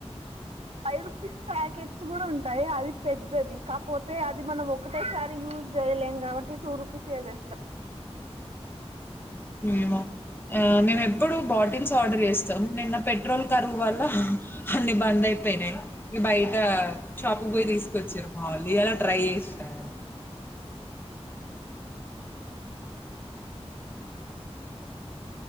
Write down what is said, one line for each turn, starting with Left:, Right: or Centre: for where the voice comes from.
Right: ఫైవ్ రూపీస్ పాకెట్స్ స్ కూడా ఉంటాయి అది పెద్దది కాపోతే యాడ్ ఇది మనం ఒకటోసారి యూజ్ చేయలేం. కాబట్టి టూ రూపీస్ ఏజెస్తం
Left: ఎమో హే మేమ్ ఎప్పుడు బాటిల్స్ ఆర్డర్ చేస్తాం. నిన్న పెట్రోల్ కరువు వల్ల అన్ని బంద్ అయిపోయిన్నాయ్. బయట షాప్ కు బోయి తీసుకొచ్చిరు. మావోలు ఇయలా ట్రై చేశానా.